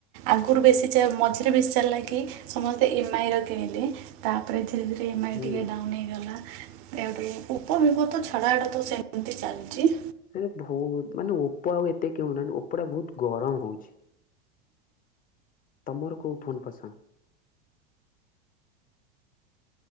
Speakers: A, on the right; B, on the left.
A: ଆଗୁରୁ ବେଶି ଚା ମଝିରେ ବେଶି ଚାଲିଲା କି ସମସ୍ତେ ଏମ୍ ଆଇ ର କିଣଲେ। ତାପରେ ଧିରେ-ଧିରେ ଏମ୍ ଆଇ
B: ହୁଁ।
A: ଟିକେ ଡାଉନ୍ ହେଇଗଲା। ଏଇଠୁ ଓପୋ ଭିବୋ ତ ଛାଡ ଆଡ ତ ସେମ୍ତି ଚାଲ୍ଚି।
B: ସେ ଭଉତ୍ ମାନେ ଓପ ଆଉ ଏତେ କିଣୁନାହାନ୍ତି, ଓପଟା ଭଉତ୍ ଗରମ୍ ହଉଛି। ତମର କୋଉ ଫୋନ୍ ପସନ୍ଦ?